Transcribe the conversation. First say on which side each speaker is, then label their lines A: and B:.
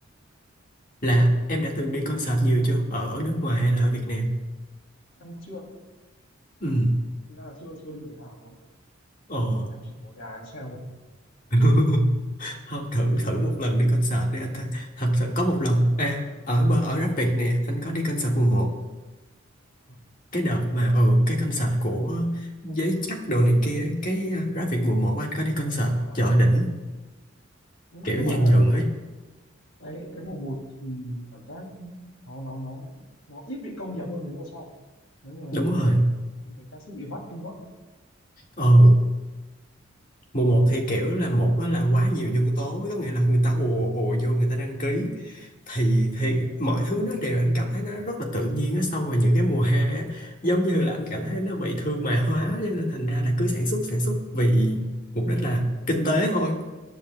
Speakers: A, on the left; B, on the left.
A: là em đã từng đi concert nhiều chưa ở ở nước ngoài hay là ở Việt Nam
B: em chưa
A: Ừ,
B: em thực ra là chưa chưa đi cái nào luôn ấy.
A: ờ.
B: em chỉ ngồi nhà em xem thôi
A: <laughs> Không, thử thử một lần đi concert để anh thấy. Thật sự có một lần à, ở bờ ở Rap Việt nè, anh có đi concert mùa một
B: Ờ.
A: Cái đợt mà ừ cái concert của Giới Chắc đồ này kia, cái à, Rap Việt mùa một anh có đi concert
B: Ờ, ờ,
A: chợ đỉnh
B: ờ, ờ, ờ. nhưng
A: kiểu
B: nhưng
A: dàn
B: mà
A: dựng
B: nhưng
A: ấy.
B: mà cái cái mùa một thì cảm giác nó nó nó nó ít bị công nghiệp hơn mấy mùa sau mấy mùa này
A: Đúng
B: kiểu
A: rồi.
B: bị em thấy ca sĩ bị vắt kinh quá
A: Ờ, mùa một thì kiểu là một á là quá nhiều nhân tố, có nghĩa là người ta ùa ùa vô người ta đăng ký, thì thì mọi thứ nó đều anh cảm thấy nó rất là tự nhiên á xong rồi những cái mùa hai á giống như là anh cảm thấy nó bị thương mại hóa cho nên thành ra là cứ sản xuất sản xuất vì mục đích là kinh tế thôi